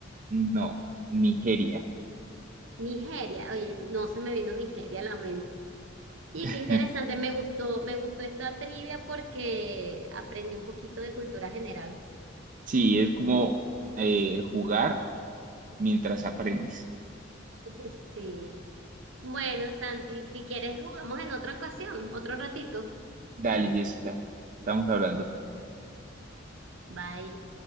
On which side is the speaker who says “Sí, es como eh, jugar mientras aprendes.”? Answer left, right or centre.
Right